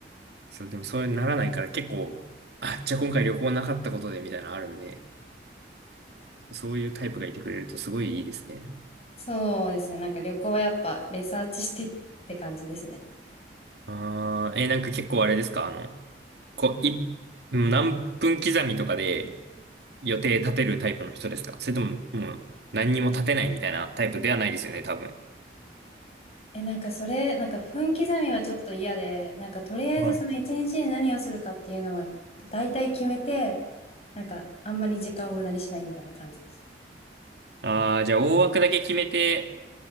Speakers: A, on the right; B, on the left.
A: そう、でもそうならないから結構、あ、じゃあ今回旅行なかったことでみたいなのあるんで、そういうタイプがいてくれるとすごいいいですね。
B: そうですね。なんか旅行はやっぱレサーチしてって感じですね。
A: あー、えーなんか結構あれですか、あの、こう、い、うん何分刻みとかで予定立てるタイプの人ですかそれとも、もう何にも立てないみたいなタイプではないですよね、多分。
B: え、なんかそれ、なんか分刻みはちょっと嫌で、なんかとりあえずその一日に何をするかっていうのは大体決めて、
A: はい。
B: なんかあんまり時間を無駄にしないみたいな感じです。
A: ああ、じゃあ大枠だけ決めて、